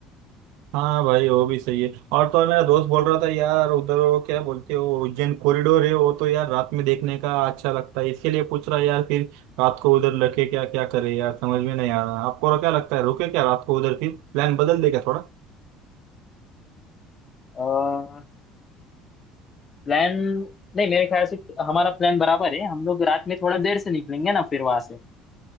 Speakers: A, on the right; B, on the left.
A: हाँ भाई वो भी सही है और तो और मेरा दोस्त बोल रहा था यार उधर वो क्या बोलते हो उज्जैन कॉरिडोर है वो तो यार रात में देखने का अच्छा लगता है इसके लिए पूछ रहा है यार फिर रात को उधर लगे क्या क्या करे यार समझ में नहीं आ रहा आपको क्या लगता है रुके क्या रात को उधर फिर प्लान बदल देगा थोड़ा
B: ना प्लान नहीं मेरे ख्याल से हमारा प्लान बराबर है हम लोग रात में थोड़ा देर से निकलेंगे ना फिर वहां से